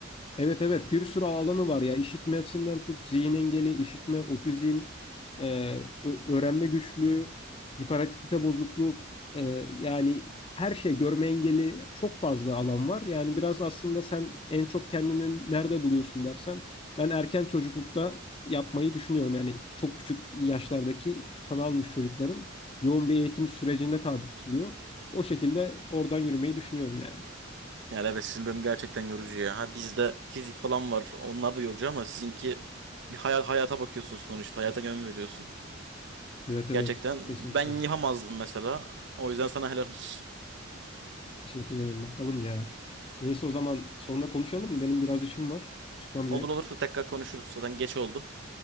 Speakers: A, on the left; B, on the right.
A: Evet evet bir sürü alanı var ya işitmesinden tut zihin engeli, işitme, otizm, e, ö- öğrenme güçlüğü, hiperaktivite bozukluk e, yani her şey görme engeli çok fazla alan var. Yani biraz aslında sen en çok kendini nerede buluyorsun dersen ben erken çocuklukta yapmayı düşünüyorum. Yani çok küçük yaşlardaki tan almış çocukların yoğun bir eğitim sürecine tabi tutuluyor. O şekilde oradan yürümeyi düşünüyorum yani.
B: Yani evet sizin bölüm gerçekten yorucu ya. Ha bizde fizik falan var. Onlar da yorucu ama sizinki bir hayal hayata bakıyorsun sonuçta. Hayata yön veriyorsun.
A: Evet evet
B: Gerçekten
A: kesinlikle.
B: ben yapamazdım mesela. O yüzden sana helal olsun.
A: Teşekkür ederim. Bakalım ya. Neyse o zaman sonra konuşalım mı? Benim biraz işim var. Çıkmam gerek.
B: Olur olur tekrar konuşuruz. Zaten geç oldu.